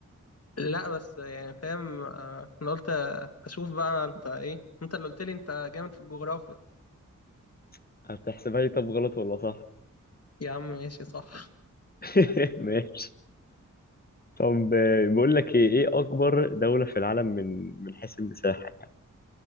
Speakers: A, on the left; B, on the left.
A: لا بس يعني فاهم آه، أنا قلت أشوف بقى أنت إيه أنت اللي قلت لي أنت جامد في الجغرافيا
B: <laughs> هتحسبها لي طب غلط ولا صح
A: يا عم ماشي صح
B: <laughs> ماشي طب آه، بقول لك ايه ايه اكبر دولة في العالم من من حيث المساحة